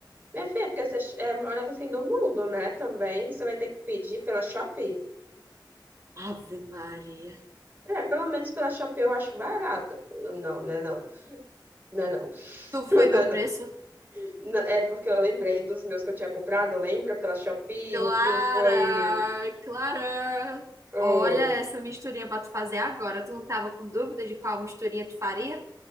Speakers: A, on the right; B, on the right.
A: Minha filha, porque você eh, mora no fim do mundo, né? Também você vai ter que pedir pela Shopee.
B: Ave Maria.
A: É, pelo menos pela Shopee eu acho barato. Não, não é não. Não é não.
B: Tu
A: <laughs>
B: foi ver o preço?
A: N- É porque eu lembrei dos meus que eu tinha comprado, lembra? Pela Shopee,
B: Clara,
A: no fim foi.
B: Clara.
A: Oi.
B: Olha essa misturinha pra tu fazer agora. Tu não tava com dúvida de qual misturinha tu faria?